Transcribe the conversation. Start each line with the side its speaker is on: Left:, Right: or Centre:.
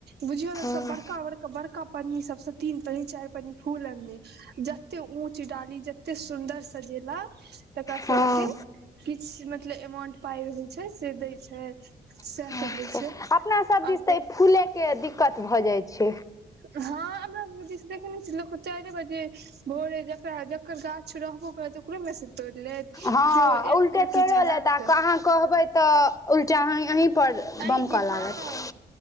Right: बुझियो
Left: हँ
Right: न सब बड़का बड़का बड़का पन्नी सब स तनी चाइर पन्नी फूल आनिए जते ऊँच डाली जते सुन्दर सजेल तकरा
Left: हँ
Right: सब केँ किछ मतब अमाउंट पाय रहै छै से दय छै सेह
Left: अच्छा
Right: सब होइ छै।
Left: अपना सभ
Right: आ
Left: दिस तऽ ई फूले केँ दिक्कत भऽ जै छै
Right: हँ अपना सब दिस देखेने छी लोक चाइरे बजे भोर जकरा ओकर गाछ रहबो करत ओकरो मे से तोड़ि लेत
Left: हँ
Right: केओ एक
Left: उल्टे
Right: ढकी
Left: तोड़ियो
Right: चढ़त
Left: लेत आ अहाँ कहबै तऽ उल्टा अ अही पर
Right: अहीं
Left: बम
Right: के
Left: कऽ
Right: हँ
Left: लागत